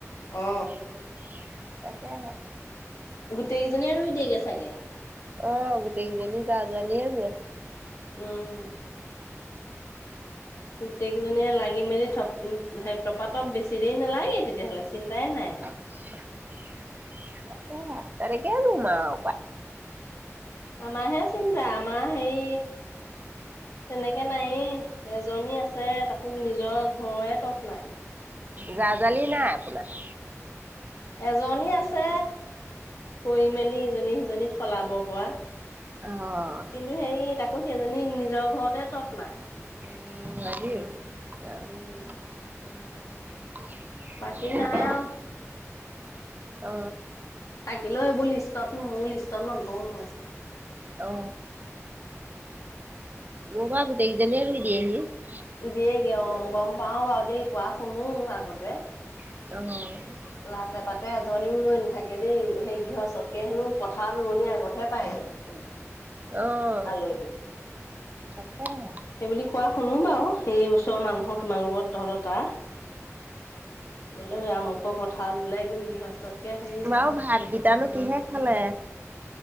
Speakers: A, on the left (about 70°); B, on the right (about 35°).
A: অ
B: <unintelligible> তাকেহে।
A: গোটেই কেইজনীয়ে ৰুই দিয়েগে চাগে।
B: অ' গোটেই কেইজনী যা যোৱালীয়ে হৈ আ
A: উম। গোটেইকেইজনীয়ে লাগি
B: নালাগে
A: মেলি থপ সেই তপাতপ বেছি দে নালাগে তেতিয়াহলে চিন্তাই নাই।
B: <unintelligible> তেনেকে ৰোম আও।
A: আমাৰহে চিন্তা! আমাৰ সেই, তেনেকে নাইয়ে, এজনী আছে। তাকো, নিজৰ ঘৰে তৎ নাই।
B: জা-জোৱালি নাই আপোনাৰ?
A: এজনী আছে, কৰি-মেলি ইজনী-সিজনী সলাব পৰা। কিন্তু
B: অ',
A: সেই, তাকো সেইজনী, নিজৰ ঘৰতে তৎ নাই।
B: <unintelligible> এহ। <unintelligible>
A: উম বাকী নাই আৰু
B: অহ।
A: থাকিলেও, এইবোৰ লিষ্টত মোৰ লিষ্টত নধৰো মই।
B: অ', মোৰ বা গোটেইকেইজীয়ে ৰুই দিয়েহি।
A: দিয়েগে অ গম পাও বাৰু দেই কোৱা শুনো আগতে।
B: অ'।
A: লাতে, পাতে এজনীও ৰোৱ নাথাকে দেই সেই গৃহ চতকে হেনো পথাৰত ৰনী আগতহে পায় উ,
B: অ',
A: আলহী
B: তাকেহে।
A: সেইব কোৱা শুনো বাৰু সেই ওচৰৰ
B: অ',
A: মানুহৰ তোমাৰ লগোকত তহঁত ত বোলে আমুকৰ পথাল বোলে একদম গৃহস্থতকে হেৰি
B: বাৰু ভাতকেইটানো কিহে খালে।